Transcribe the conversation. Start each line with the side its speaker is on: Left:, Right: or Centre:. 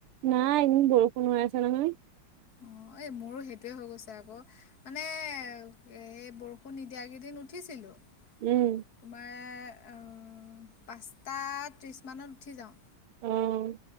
Right: নাই এইকেদিন বৰষুণ হৈ আছে নহয়।
Left: অ এই মোৰো সেইটোৱে হৈ গৈছে আকৌ মানে সেই বৰষুণ নিদিয় কেইদিন উঠিছিলো।
Right: উম,
Left: তোমাৰ। অ পাঁচটা ত্ৰিছ মমানত উঠি যাওঁ।
Right: উম।